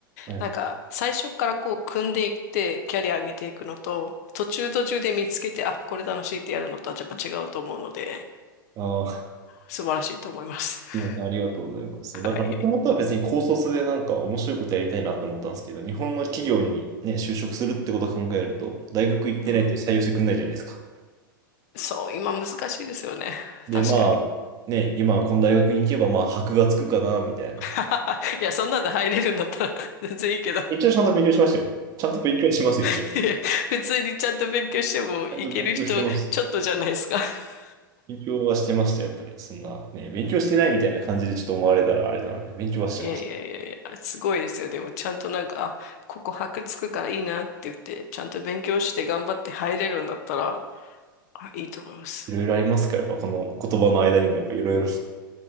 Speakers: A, on the right (about 30°); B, on the left (about 45°).
A: はい
B: なんか、最初からこう、組んでいって、キャリア上げていくのと、途中途中で見つけて、あ、これ楽しいってやるのとはやっぱ違うと思うので、
A: あ
B: 素晴らしいと思います。<laughs>
A: すみません、ありがとうございます。そう、
B: はい。
A: だから、もともとは別に高卒でなんか面白いことやりたいなと思ったんですけど、日本の企業にね、就職するってことを考えると、大学行ってないと採用してくんないじゃないですか。
B: うん。そう、今難しいですよね。
A: で、
B: 確かに。
A: まあ、ね、今この大学に行けば、まあ、箔がつくかな、みたいな。
B: <laughs> いや、そんなんで入れるんだったら <laughs> 全然いいけど。
A: 一応ちゃんと勉強しましたよ。ちゃんと勉強します、一応。
B: <laughs>
A: ち
B: いや普通にちゃんと勉強してもいける人ちょっとじゃないですか。
A: ゃんと勉強してますよ。
B: <laughs>
A: 勉強はしてました、やっぱり。そんな、ね、勉強してないみたいな感じでちょっと思われたらあれなので、勉強はしてました。
B: いやいやいやいや、すごいですよ。でもちゃんとなんか、あ、ここ箔つくからいいなって言って、ちゃんと勉強して頑張って入れるんだったら、あ、いいと思います。
A: いろいろありますから、やっぱこの言葉の間にも、やっぱいろいろ、